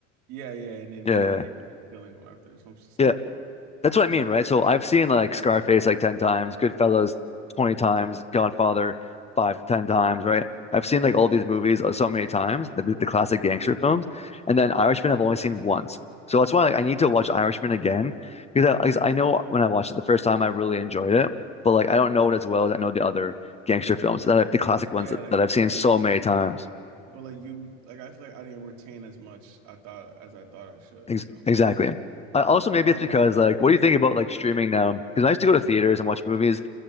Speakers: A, on the right (about 70°); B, on the left (about 15°).
A: yeah yeah and then he
B: Yeah,
A: had,
B: yeah.
A: he
B: Yeah.
A: had killing him after some something
B: Yeah.
A: like
B: That's what I mean, right? So I've seen like Scarface like 10 times, Goodfellas 20 times, Godfather 5, 10 times, right? I've seen like
A: Mhm.
B: all these movies uh, so many times, the, the classic gangster films. And then Irishman I've only seen once. So that's why like, I need to watch Irishman again because I, 'cause I know when I watched it the first time I really enjoyed it, but like I don't know it as well as I know the other gangster films that I, the classic
A: yeah
B: ones that,
A: like
B: that
A: it's
B: I've
A: like
B: seen so many times.
A: but like you like I feel like I didn't retain as much I thought as I thought I should,
B: Ex
A: you know.
B: exactly. I also maybe
A: Um
B: it's because like what do you think about like streaming now? Because I used to go to theaters and watch movies